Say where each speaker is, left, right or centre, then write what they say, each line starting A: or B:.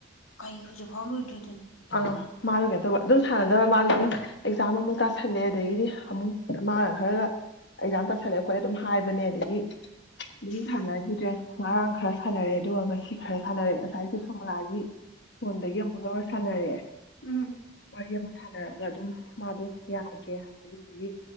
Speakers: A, on the left (about 80°); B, on the left (about 55°).
A: ꯀꯩ ꯍꯧꯖꯤꯛ ꯐꯥꯎ ꯂꯣꯏꯗ꯭ꯔꯤ
B: ꯑꯥ ꯃꯥꯗꯣ ꯀꯩꯅꯣ ꯇꯧꯕ ꯑꯗꯨꯝ ꯁꯥꯟꯅ ꯗ ꯃꯥꯗ ꯑꯗꯨꯝ ꯑꯦꯛꯖꯥꯝ ꯑꯃꯨꯛ ꯇꯥꯁꯜꯂꯦ ꯑꯗꯒꯤꯗꯤ ꯑꯃꯨꯛ ꯃꯥꯅ ꯈꯔꯒ ꯑꯦꯛꯖꯥꯝ ꯇꯥꯁꯜꯂꯦ ꯑꯩꯈꯣꯏ ꯑꯗꯨꯝ ꯍꯥꯏꯕꯅꯦ ꯑꯗꯒꯤ ꯑꯗꯨꯝ
A: ꯎꯝ
B: ꯁꯥꯟꯅꯒꯤꯗ꯭ꯔꯦ ꯉꯥꯔꯥꯡ ꯈꯔ ꯁꯥꯟꯅꯔꯦ ꯑꯗꯨꯒ ꯉꯁꯤ ꯈꯔ ꯁꯥꯟꯅꯔꯦ ꯉꯁꯥꯏꯁꯨ ꯁꯣꯝꯣꯂꯥꯒꯤ ꯐꯣꯟꯗꯒꯤ ꯑꯃꯨꯛ ꯂꯧꯔ ꯁꯥꯟꯅꯔꯛꯑꯦ
A: ꯎꯝ
B: ꯋꯥꯔꯤ ꯑꯃ ꯁꯥꯟꯅꯔꯛꯑ ꯑꯗꯨꯝ ꯃꯥꯗꯣ ꯌꯥꯗ꯭ꯔꯦ ꯍꯥꯏꯌꯦ